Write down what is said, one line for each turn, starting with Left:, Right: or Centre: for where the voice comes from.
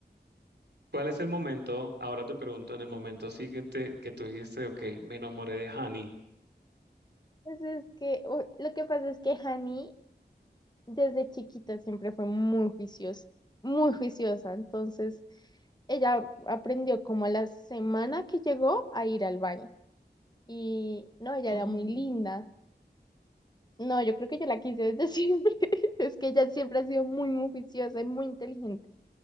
Right: ¿Cuál es el momento? Ahora te pregunto, en el momento así que te que tú dijiste, ok, me enamoré de Hani.
Left: Entonces es que u- lo que pasa es que Hani desde chiquita siempre fue muy juiciosa, muy juiciosa. Entonces, ella aprendió como a la semana que llegó a ir al baño. Y no, ella
Right: Mm.
Left: era muy linda. No, yo creo que yo la quise desde <laughs> siempre. Es que ella siempre ha sido muy, muy juiciosa y muy inteligente.